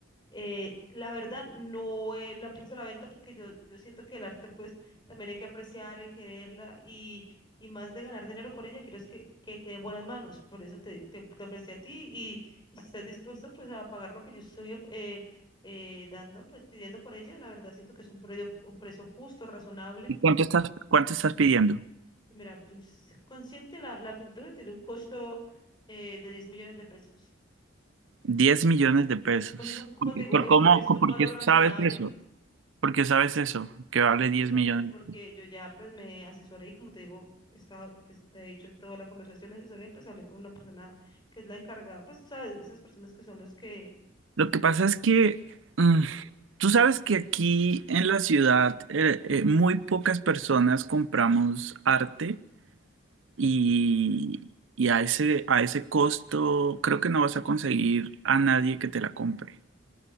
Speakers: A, on the left; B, on the right.
A: eh, la verdad, no eh, la puse a la venta porque yo, yo siento que el arte, pues, también hay que apreciar y quererla y, y más de ganar dinero con ella, quiero es que, que quede en buenas manos. Por eso te, te, te ofrecí a ti y, y si estás dispuesto, pues, a pagar lo que yo estoy eh, eh, dando, pues, pidiendo por ella, la verdad siento que es un precio, un precio justo, razonable.
B: ¿Y cuánto estás, cuánto estás pidiendo?
A: Pues Mira, yo s- consciente la, la pintura tiene un costo eh, de 10 millones de pesos.
B: Diez millones de pesos.
A: Pues es un, como
B: ¿Por,
A: te
B: qué-
A: digo,
B: por
A: es,
B: cómo,
A: es
B: por
A: un valor
B: qué
A: razonable.
B: sabes eso? Porque sabes eso, que vale 10
A: Precisamente
B: millones.
A: porque yo ya pues me asesoré y como te digo, he estado, te, te he dicho toda la conversación, me asesoré, pues hablé con una persona que es la encargada, pues sabes, esas personas que son los que,
B: Lo que pasa es que mm,
A: o
B: tú sabes que aquí en la ciudad eh, eh, muy pocas personas compramos arte y, y a ese, a ese costo creo que no vas a conseguir a nadie que te la compre.